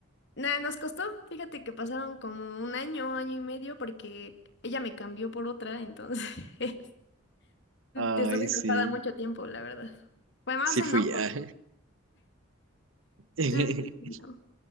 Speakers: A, on the left; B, on the right.
A: Nada, nos costó. Fíjate que pasaron como un año, año y medio, porque ella me cambió por otra, entonces <laughs>
B: Ay,
A: estuve enojada
B: sí.
A: mucho tiempo, la verdad. Fue más
B: Sí
A: enojo.
B: fui. ah. <laughs>
A: eh, no.